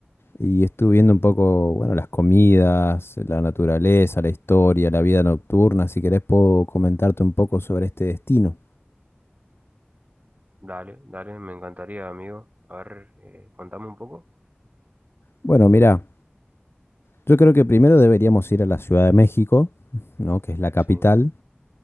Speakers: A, on the left (about 80°); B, on the right (about 40°).
A: y estuve viendo un poco, bueno, las comidas, la naturaleza, la historia, la vida nocturna. Si querés puedo comentarte un poco sobre este destino.
B: Dale, dale, me encantaría amigo. A ver, eh, contame un poco.
A: Bueno, mira. Yo creo que primero deberíamos ir a la Ciudad de México, ¿no? Que es la capital.
B: Sí.